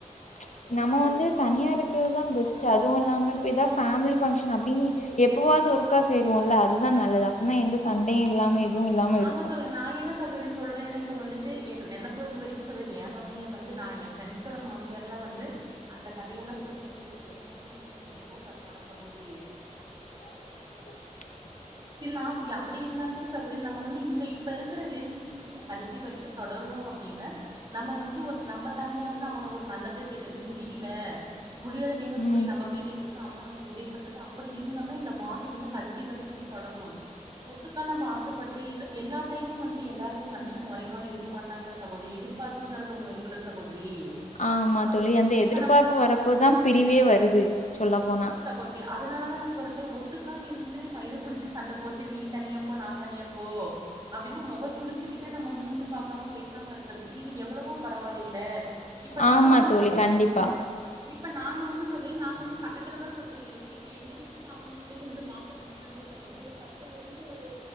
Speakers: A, on the left (about 65°); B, on the right (about 35°).
A: <inaudible> நம்ம வந்து தனியா இருக்குறதுதா பெஸ்ட் அதுவும் இல்லாம இப்ப ஏதாவ் ஃபேமிலி ஃபங்க்ஷன் அப்டின்னு எப்பவாவது ஒருக்கா சேருவோம்ல அதுதா நல்லது அப்பதா எந்த சண்டயு இல்லாம எதுவும் இல்லாம இருக்கும்.
B: ஆமா சொல்லு நா என்ன சகோதரி சொல்றேன் இப்ப வந்துட்டு என் என்ன பொறுத்த வரைக்கு சகோதரி ஏ மாமியார் வந்து நா எ ஃப்ரெண்ட்ஸோட மாமியார்லா வந்து அந்த கதையெல்லா சொல்லுமோ சொலி ஏ மாமியார் வந்து எவ்ளவோ பரவால சகோதரி
A: <inaudible>
B: தில்னா ஃபிரியா அப்டி இருந்தாலுமே சகோதரி நம்ம வந்து இந்த இப்ப இருக்கற ரிலேஷன்ஷிப் வந்து நம்ம கடைசி வரைக்கு தொடரணூ அப்டின்னு நம்ம வந்து ஒரு நம்ம தனியா இருந்து அவங்க ஒரு நல்லது கெட்டது முடியல முடியத தேமக்கு
A: ம்.
B: போய் நம்ம போய் நிக்குறது அவங்க நமக்கு உதவி பண்றது அப்டி இருந்தாமே இந்த பாண்டு வந்து கடைசி வரைக்குமே தொடரூ ஒட்டுக்கான நம்பாச த்து பட்டு இது எல்லா டைமும் வந்து எல்லாருமே மனுஷங்க ஒரே மாறி இருக்க மாட்டாங்கள சாகோதி எதிர் பார்புங்கறது ஒன்னு இருக்குல சகோதரி
A: ஆமா தோழி அந்த
B: இப்ப
A: எதிர்பார்ப்பு
B: நம்ம
A: வரப்பதா பிரிவே வருது சொல்ல போனா
B: போதிரி அதனால தா நா சொல்ட்டே ஒட்டுக் கா இருந்து மயிரு பிடிச்சு சண்ட போட்டு நீ தனியா போ நா தனியா போ அப்டின்னு முக சுழிச்சுக்கிட்டு நம்ம மூஞ்சு பாக்காம பேசாம இருக்குறதுக்கு இது எவ்ளவோ பரவாயில்லல இப்ப
A: ஆமா
B: இப்ப வந்து
A: தோழி
B: சகோ
A: கண்டிப்பா.
B: இப்ப நாங்க வந்து சகோதரி நாங்க வந்து பக்கத்துல தான் சகோதரி இருக்கு இப்ப எங்க வீட்டுக்கு அவங்க வீட்டுக்கும் வாக்கு ல்லு சகோரி ஒரு பத்துல இருந்து ஒரு